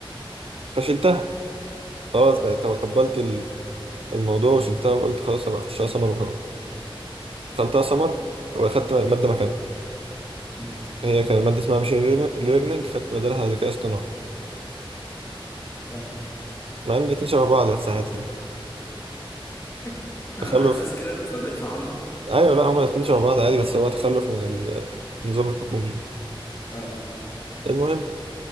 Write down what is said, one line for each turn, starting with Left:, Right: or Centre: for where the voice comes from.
Right: فشلتها خلاص
Left: فهمتك
Right: بقى تقبلت ال- الموضوع وشلتها وقلت خلاص أبقى أخشها سمر وخلاص دخلتها سمر وأخدت مادة مكانها
Left: امم
Right: هي كان المادة اسمها ماشين ليرنينج خدت بدلها ذكاء اصطناعي
Left: فهمتك
Right: مع ان الاتنين شبه بعض يا ساعات يعني
Left: <laughs> انا
Right: تخلف
Left: حاسس كده بس ما رضيتش اعلق
Right: ايوه لا هما الاتنين شبه بعض عادي بس هو تخلف من ال- النظام الحكومي
Left: اه
Right: المهم